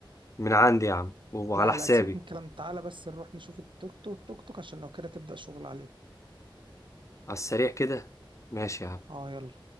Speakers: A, on the left (about 35°); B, on the right (about 65°).
A: من عندي يا عم وعلى
B: لا
A: حسابي
B: لا سيبك من الكلام تعالى بس نروح نشوف التوك توك التوك توك عشان لو كده تبدأ شغل عليه
A: على السريع كده ماشي يا عم
B: اه يلا